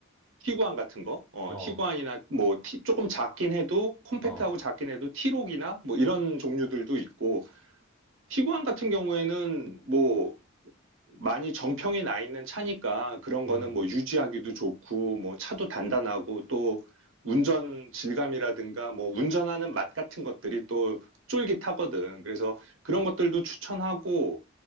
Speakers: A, on the right (about 80°); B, in the centre.
A: 티구안 같은 거, 어,
B: 어.
A: 티구안이나 뭐 티- 조금 작긴 해도 콤팩트하고
B: 어.
A: 작긴 해도 티록이나 뭐 이런 종류들도 있고 티구안 같은 경우에는 뭐 많이 정평이 나 있는 차니까 그런
B: 음.
A: 거는 뭐 유지하기도 좋고 뭐 차도 단단하고 또 운전 질감이라든가 뭐 운전하는 맛 같은 것들이 또 쫄깃하거든. 그래서 그런 것들도 추천하고